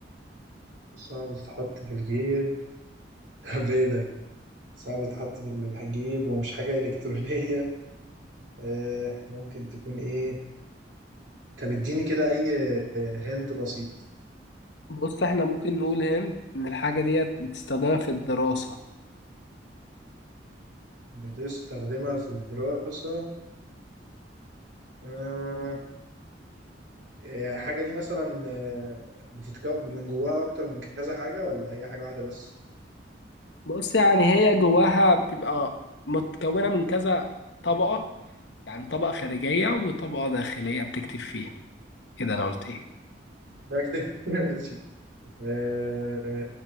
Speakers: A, on the right; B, on the left.
A: صعب تتحط في الجيب <laughs> طب ايه ده صعب تتحط في الجيب ومش حاجة إلكترونية <laughs> آه ممكن تكون ايه طب اديني كده أي هنت بسيط
B: بص احنا ممكن نقول هنت ان الحاجة ديت بتستخدمها في الدراسة
A: بتستخدمها في الدراسة آه الحاجة دي مثلا آه، بتتكون من جواها أكتر من كذا حاجة ولا هي حاجة واحدة بس؟
B: بص يعني هي جواها بيبقى متكونة من كذا طبقة يعني طبقة خارجية وطبقة داخلية بتكتب فيها كده انا قلت ايه
A: بكتب <laughs> ماشي آه،